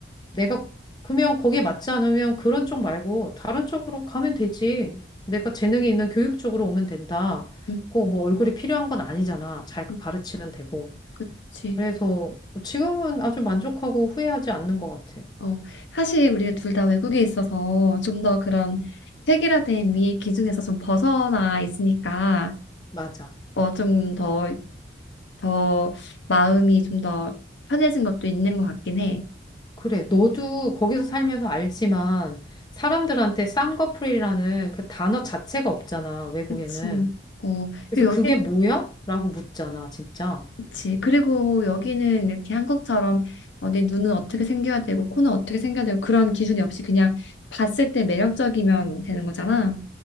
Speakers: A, on the left (about 20°); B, on the left (about 70°).
A: 내가 그러면 거기에 맞지 않으면 그런 쪽 말고 다른 쪽으로 가면 되지. 내가 재능이 있는 교육 쪽으로 오면 된다.
B: 음,
A: 꼭 뭐 얼굴이 필요한 건 아니잖아. 잘
B: 음,
A: 가르치면 되고.
B: 그치.
A: 그래서 지금은 아주 만족하고 후회하지 않는 것 같아.
B: 어, 사실 우리가 둘 다 외국에 있어서 좀 더 그런 획일화된 미의 기준에서 좀 벗어나 있으니까
A: 맞아.
B: 어, 좀더 더 마음이 좀 더 편해진 것도 있는 것 같긴 해.
A: 그래, 너도 거기서 살면서 알지만 사람들한테 쌍꺼풀이라는 그 단어 자체가 없잖아, 외국에는.
B: 그치. 어,
A: 그래서
B: 그리고
A: 그게
B: 여기는
A: 뭐야? 라고 묻잖아, 진짜.
B: 그치. 그리고 여기는 이렇게 한국처럼 어, 내 눈은 어떻게 생겨야 되고 코는 어떻게 생겨야 되고 그런 기준이 없이 그냥 봤을 때 매력적이면 되는 거잖아.